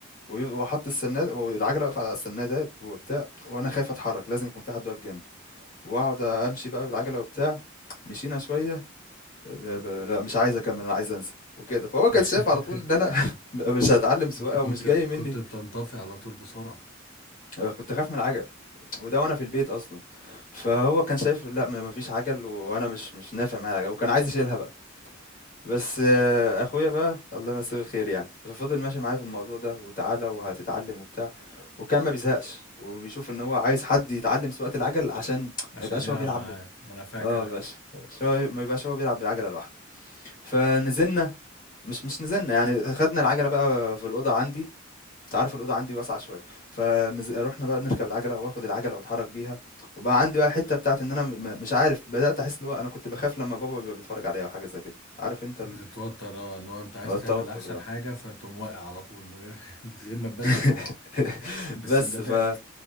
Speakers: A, on the left (about 45°); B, on the left (about 80°).
A: وي- واحط السناد والعجله واقفه على السنادات وبتاع وانا خايف اتحرك لازم يكون في حد واقف جنبي واقعد امشي بقى بالعجله وبتاع مشينا شويه ب- ب- لا مش عايز اكمل انا عايز انزل وكده فهو كان
B: <laughs>
A: شايف على طول ان انا <laughs> مش هتعلم سواقه
B: انت كنت
A: ومش جاي مني
B: كنت بتنطفي على طول بسرعة
A: آه، كنت اخاف من العجل وده وانا في البيت اصلا فهو كان شايف لا ما ما فيش عجل و- وانا مش مش نافع معايا العجل وكان عايز يشيلها بقى بس آه، اخويا بقى الله يمسيه الخير يعني ففضل ماشي معايا في الموضوع ده وتعالى وهتتعلم وبتاع وكان ما بيزهقش وبيشوف ان هو عايز حد يتعلم سواقة العجل عشان
B: عشان
A: ما يبقاش
B: يلعب
A: هو بيلعب
B: معاه
A: ب-
B: ما انا فاكر
A: اه بس
B: ايوه
A: بس هو ما يبقاش هو بيلعب بالعجلة لوحده فنزلنا مش مش نزلنا يعني خدنا العجلة بقى في الأوضة عندي انت عارف الأوضة عندي واسعة شوية فروحنا بقى نركب العجلة واخد العجلة واتحرك بيها وبقى عندي بقى حتة بتاعت ان انا م- مش عارف بدأت احس اللي هو انا كنت بخاف لما بابا بيبقى بيتفرج عليا او حاجة زي كده عارف انت ال-
B: بتتوتر اه اللي هو انت عايز
A: هو التوتر
B: تعمل احسن
A: ده
B: حاجه فتقوم واقع على طول من غير <laughs> من غير ما تبدل
A: <laughs>
B: تقع بالسندادات
A: بس ف